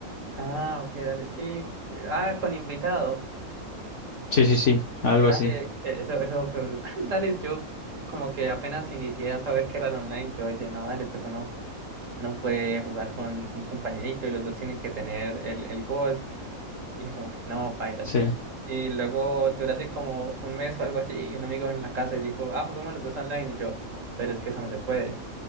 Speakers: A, on the right (about 60°); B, on the left (about 60°).
A: Ah, ok, dale, sí. Ah, con invitado.
B: Sí, sí, sí, algo
A: Dale,
B: así.
A: eh, eso, eso fue brutal. <laughs> Dale, yo como que apenas inicié a saber que era el online, yo dije, no, dale, pues uno no puede jugar con un compañerito y los dos tienen que tener el, el gold. Y dije como que no, bailas.
B: Sí,
A: Y luego duró así como un mes o algo así y un amigo en la casa y dijo, ah, jugamos los dos online. Y yo, pero es que eso no se puede.